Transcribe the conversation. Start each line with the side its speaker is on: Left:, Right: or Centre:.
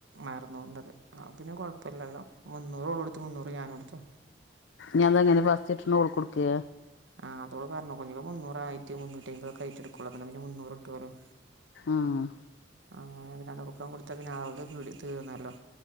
Right: അറുന്നൂറിന്റെത് ആ പിന്നെ കുഴപ്പില്ലല്ലോ മുന്നൂറോള എടുത്ത് മുന്നൂറ് ഞാന എടുത്തോ
Left: ഞാൻത അങ്ങനെ ഫസ്റ്റ് ഇട്ട ോൾ കൊടുക്കയ
Right: ആഹ് ആ പറഞ്ഞോഞ്ഞങ്ങ മൂറയിരത്തി മുന്നൂറ്റി അമ്പതൊക്ക ആയിട്ട എടുക്കുള്ളൂ പിന്ന മുന്നൂറ് ഇട്ടുവല്ലോ
Left: ആഹ
Right: അങ്ങനെ പിന്നെ അത് ഉറക്കം കൊടുത്ത പിന്നെ തീർന്നല്ലോ